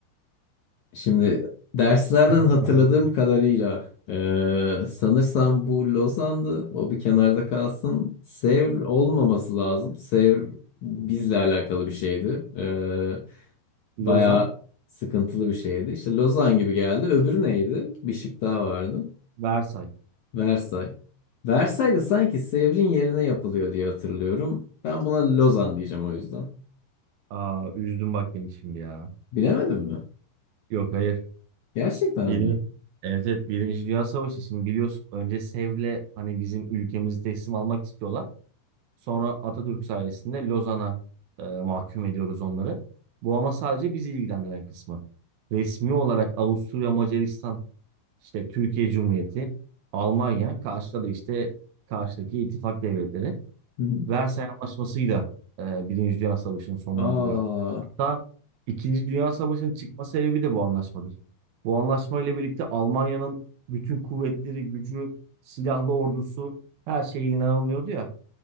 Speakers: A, on the left; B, on the right.
A: Şimdi derslerden
B: <laughs>
A: hatırladığım kadarıyla ee, sanırsam bu Lozan'dı. O bir kenarda kalsın. Sevr olmaması lazım. Sevr bizle alakalı bir şeydi. Ee,
B: Lozan,
A: bayağı sıkıntılı bir şeydi. İşte Lozan gibi geldi. Öbürü neydi? Bir şık daha vardı.
B: Versay.
A: Versay. Versay da sanki Sevr'in yerine yapılıyor diye hatırlıyorum. Ben buna Lozan diyeceğim o yüzden.
B: Aa üzdün bak beni şimdi ya.
A: Bilemedim mi?
B: Yok hayır.
A: Gerçekten
B: Birinci,
A: mi?
B: evet, evet Birinci Dünya Savaşı şimdi biliyorsun önce Sevr'le hani bizim ülkemizi teslim almak istiyorlar. Sonra Atatürk sayesinde Lozan'a e, mahkum ediyoruz onları. Bu ama sadece bizi ilgilendiren kısmı. Resmi olarak Avusturya, Macaristan, işte Türkiye Cumhuriyeti, Almanya, karşıda da işte karşıdaki ittifak devletleri.
A: Hı hı.
B: Versay Anlaşması'yla e, Birinci Dünya Savaşı'nı sonlandırıyor.
A: Aa,
B: Hatta İkinci Dünya Savaşı'nın çıkma sebebi de bu anlaşmadır. Bu anlaşma ile birlikte Almanya'nın bütün kuvvetleri, gücü, silahlı ordusu her şey elinden alınıyordu ya.